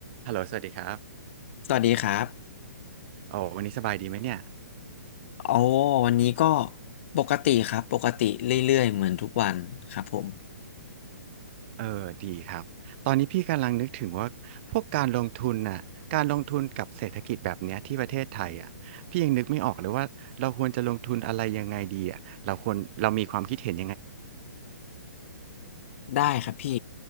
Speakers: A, on the right; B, on the left.
A: ฮัลโหลสวัสดีครับ
B: สวัสดีครับ
A: โอ้วันนี้สบายดีไหมเนี่ย
B: โอ้วันนี้ก็ปกติครับ ปกติเรื่อยๆเหมือนทุกวันครับผม
A: เออดีครับตอนนี้พี่กำลังนึกถึงว่า พวกการลงทุนน่ะการลงทุนกับเศรษฐกิจแบบเนี้ยที่ประเทศไทยอ่ะพี่ยังนึกไม่ออกเลยว่าเราควรจะลงทุนอะไรยังไงดีอ่ะเราควรเรามีความคิดเห็น
B: ได้ครับพี่